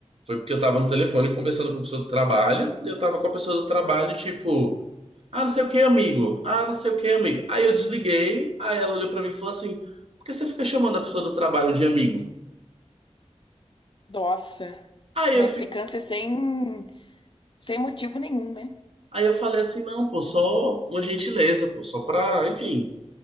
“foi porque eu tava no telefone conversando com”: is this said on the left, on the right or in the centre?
Right